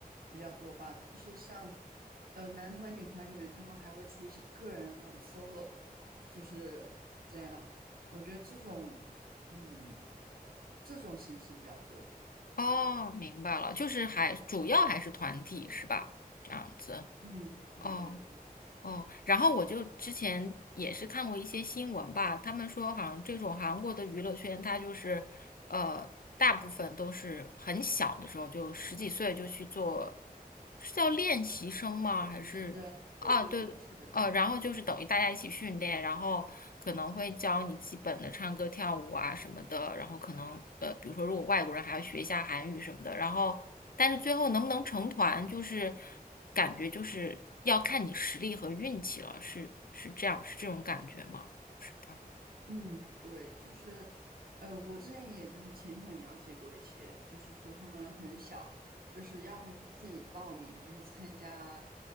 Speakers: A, on the right; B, on the left.
A: 比较多吧，但是像呃男团女团里面，他们还会出一些个人的那种 solo，就是这样，我觉得这种嗯这种形式比较多，
B: 哦，明白了，就是还主要还是团体是吧？这样子。
A: 嗯，对对对，
B: 哦。哦，然后我就之前也是看过一些新闻吧，他们说好像这种韩国的娱乐圈，它就是呃，大部分都是很小的时候，就十几岁就去做，是叫练习生吗？
A: 也习是
B: 还是啊，
A: 对对对，
B: 对，
A: 是的是的。
B: 呃，然后就是等于大家一起训练，然后可能会教你基本的唱歌、跳舞啊什么的，然后可能呃，比如说如果外国人还要学一下韩语什么的，然后但是最后能不能成团，就是感觉就是要看你实力和运气了，是是这样，是这种感觉吗？就是他们。
A: 嗯，对，就是，呃，我之前也就是浅浅了解过一些，就是说他们很小，就是要么就是自己报名，就是参加，